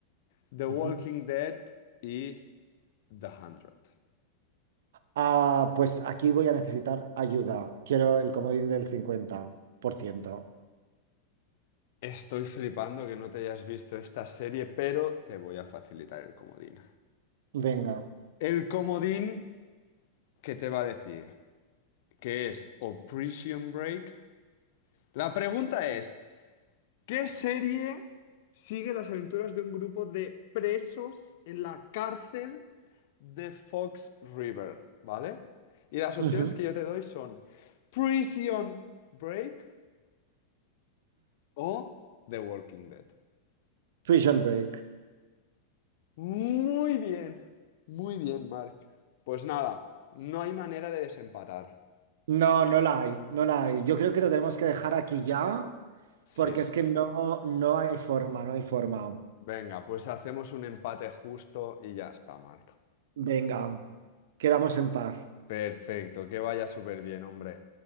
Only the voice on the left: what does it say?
The
Walking Dead y The Hundred.
Estoy flipando que no te hayas visto esta serie, pero te voy a facilitar el comodín.
El comodín que te va a decir que es o Prison Break. La pregunta es, ¿Qué serie sigue las aventuras de un grupo de presos en la cárcel de Fox River? ¿Vale? Y las opciones
que yo te doy son Prison Break o The Walking Dead.
Muy bien, muy bien, Mark. Pues nada, no hay manera de desempatar.
Sí.
Venga, pues hacemos un empate justo y ya está, Mark.
Perfecto, que vaya súper bien, hombre.